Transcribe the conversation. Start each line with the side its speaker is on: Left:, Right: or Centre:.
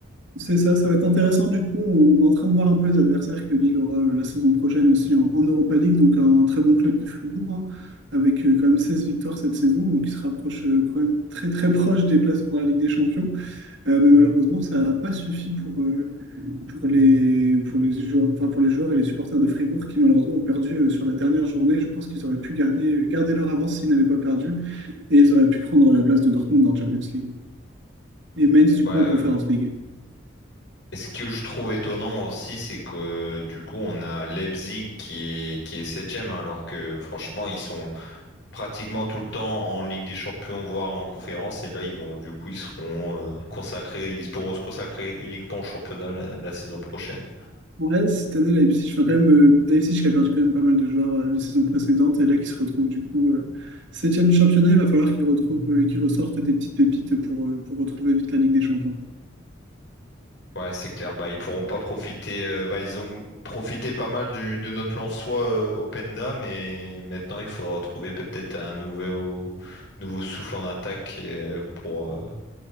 Right: c'est ça, ça va être intéressant du coup. On est en train de voir un peu les adversaires que Lille aura euh, la saison prochaine aussi en, en Europa League, donc un très bon club de Fribourg, hein, avec euh, quand même 16 victoires cette saison, donc il se rapproche euh, quand même très très proche des places pour la Ligue des Champions. Euh, mais malheureusement, ça n'a pas suffi pour, euh, pour les, pour les joueurs, enfin, pour les joueurs et les supporters de Fribourg qui malheureusement ont perdu euh, sur la dernière journée. Je pense qu'ils auraient pu garder, garder leur avance s'ils n'avaient pas perdu et ils auraient pu prendre la place de Dortmund en Champions League. Et Mainz, du
Left: Ouais,
Right: coup,
Left: euh,
Right: en Conference League.
Left: et ce que je trouve étonnant aussi, c'est que du coup, on a Leipzig qui est, qui est septième, hein, alors que franchement, ils sont pratiquement tout le temps en Ligue des Champions, voire en conférence. Et là, ils vont, du coup, ils seront euh, consacrés, ils pourront se consacrer uniquement au championnat la la saison prochaine.
Right: Ouais, cette année, Leipzig, enfin, quand même, euh, Leipzig qui a perdu quand même pas mal de joueurs euh, les saisons précédentes et là qui se retrouve du coup euh, septième du championnat, il va falloir qu'ils retrouvent, euh, qu'ils ressortent des petites pépites pour, euh, pour retrouver vite la Ligue des Champions.
Left: Ouais, c'est clair. Bah, ils pourront pas profiter. euh, bah, ils ont profité pas mal du, de notre Lensois euh, Openda, mais maintenant il faudra trouver peut-être un nouveau, nouveau souffle en attaque euh, pour, euh,